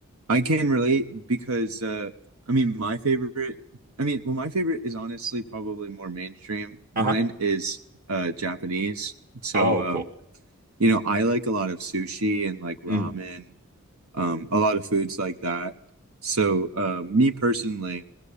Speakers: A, on the right; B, on the right.
A: I can relate because uh, I mean, my favorite, I mean, well, my favorite is honestly probably more mainstream. Mine
B: Uh-huh.
A: is uh, Japanese. So,
B: Oh,
A: um,
B: cool.
A: you know, I like a lot of sushi and like ramen
B: Mm.
A: um, a lot of foods like that. So, uh, me personally,